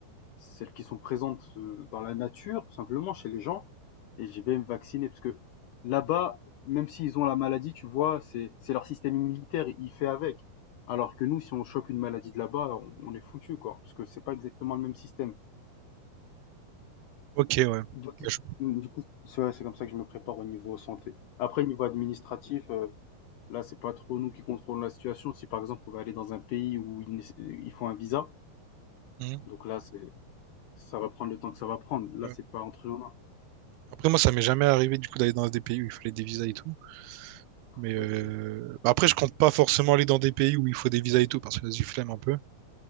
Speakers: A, on the left; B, on the right.
A: celles qui sont présentes euh, dans la nature, tout simplement, chez les gens, et je vais me vacciner parce que là-bas, même s'ils ont la maladie, tu vois, c'est c'est leur système immunitaire, il fait avec. Alors que nous, si on chope une maladie de là-bas, on, on est foutu, quoi, parce que c'est pas exactement le même système.
B: Ok, ouais.
A: Du coup,
B: Ouais, je-
A: du coup, c'est ouais, c'est comme ça que je me prépare au niveau santé. Après, niveau administratif, euh, là, c'est pas trop nous qui contrôlons la situation. Si par exemple, on va aller dans un pays où ils, nécess- ils font un visa,
B: Mhm,
A: donc là, c'est ça va prendre le temps que ça va prendre. Là,
B: ouais.
A: c'est pas entre nos mains.
B: Après, moi, ça m'est jamais arrivé, du coup, d'aller dans des pays où il fallait des visas et tout. Mais euh,
A: Ok.
B: bah après, je compte pas forcément aller dans des pays où il faut des visas et tout, parce que j'ai y flemme un peu.